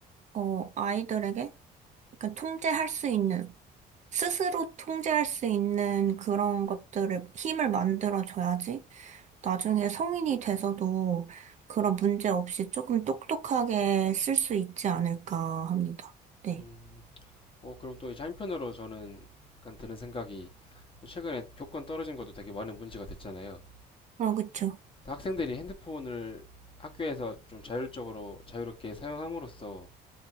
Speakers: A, on the right; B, on the left.
A: 어, 아이들에게 약간 통제할 수 있는, 스스로 통제할 수 있는 그런 것들을, 힘을 만들어줘야지, 나중에 성인이 돼서도 그런 문제 없이 조금 똑똑하게 쓸 수 있지 않을까 합니다. 네.
B: 음, 어, 그럼 또 이제 한편으로 저는 약간 드는 생각이 최근에 교권 떨어진 것도 되게 많은 문제가 됐잖아요.
A: 아, 그쵸.
B: 학생들이 핸드폰을 학교에서 좀 자율적으로 자유롭게 사용함으로써